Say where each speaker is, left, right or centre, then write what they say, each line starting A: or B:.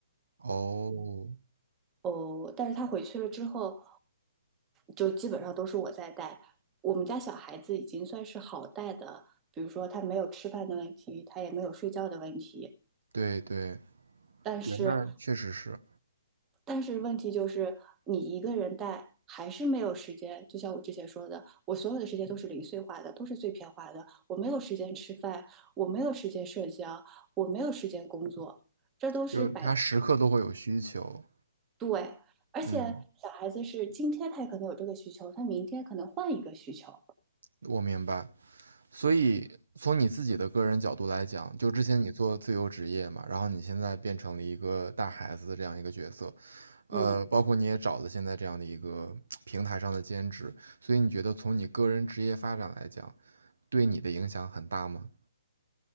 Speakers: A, on the right; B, on the right.
A: 哦，
B: 哦，但是他回去了之后，就基本上都是我在带。我们家小孩子已经算是好带的，比如说他没有吃饭的问题，他也没有睡觉的问题。
A: 对对
B: 但是，
A: 对，那确实是，
B: 但是问题就是你一个人带还是没有时间。就像我之前说的，我所有的时间都是零碎化的，都是碎片化的。我没有时间吃饭，我没有时间社交，我没有时间工作，这都是摆在
A: 就是他时刻都会有需求，
B: 对，而且小孩子是今天他也可能有这个需求，
A: 嗯，
B: 他明天可能换一个需求。
A: 我明白。所以从你自己的个人角度来讲，就之前你做自由职业嘛，然后你现在变成了一个带孩子的这样一个角色，呃，
B: 嗯，
A: 包括你也找了现在这样的一个平台上的兼职，所以你觉得从你个人职业发展来讲，对你的影响很大吗？